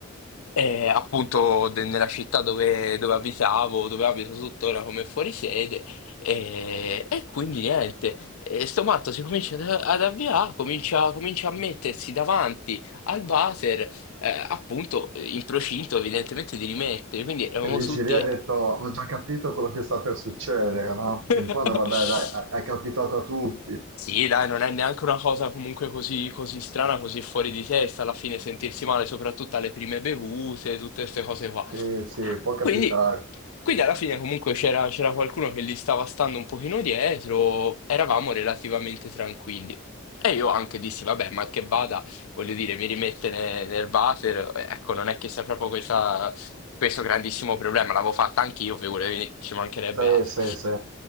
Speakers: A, on the left; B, on the right.
A: E appunto de- nella città dove, dove abitavo, dove abito tuttora come fuorisede, e, e quindi niente, e sto matto si comincia ad, ad avviare, comincia, comincia a mettersi davanti al water, eh, appunto in procinto evidentemente di rimettere, quindi eravamo
B: E dici
A: tutti...
B: lì hai detto, ho già capito quello che sta per succedere, no?
A: <laughs>
B: Che in fondo, vabbè, dai, è è capitato a tutti.
A: Sì, dai, non è neanche una cosa comunque così, così strana, così fuori di testa alla fine sentirsi male, soprattutto alle prime bevute, tutte queste cose qua.
B: Sì, sì, può capitare.
A: Quindi, quindi alla fine comunque c'era c'era qualcuno che li stava stando un pochino dietro, eravamo relativamente tranquilli. E io anche dissi, vabbè, ma che vada, voglio dire, mi rimette ne- nel water, ecco, non è che sia proprio questa- questo grandissimo problema, l'avevo fatta anch'io, figurati, ci mancherebbe
B: Sì,
A: altro.
B: sì, sì.